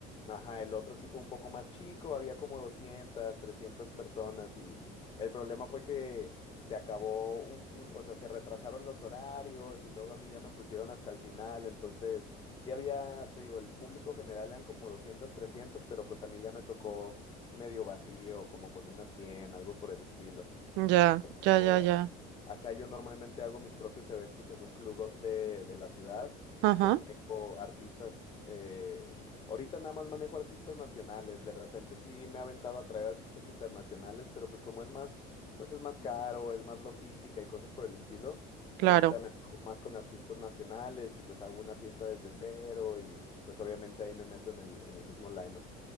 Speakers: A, on the left; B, on the right.
A: ajá, el otro sí fue un poco más chico, había como 200 300 personas y el problema fue que se acabó, un, un- o sea, se retrasaron los horarios y luego a mí ya me pusieron hasta el final, entonces sí había, te digo, el público general eran como 200 300 pero pues a mí ya me tocó medio vacío, como con unas 100 algo por el estilo.
B: Ya, ya,
A: O
B: ya, ya.
A: ac- acá yo normalmente hago mis propios eventos en un club de, de la ciudad.
B: Ajá,
A: Yo traigo artistas, eh, ahorita nada más manejo artistas nacionales. De repente sí me he aventado a traer artistas internacionales, pero pues como es más, pues es más caro, es más logística y cosas por el estilo.
B: claro.
A: Ahorita me muevo más con artistas nacionales y pues hago una fiesta desde cero y pues obviamente ahí me meto en el, en el mismo lineup.